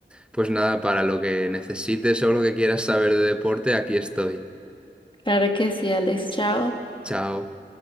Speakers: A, in the centre; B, on the left (about 25°).
A: Pues nada, para lo que necesites o lo que quieras saber de deporte, aquí estoy.
B: Claro que sí, Alex, chao.
A: Chao.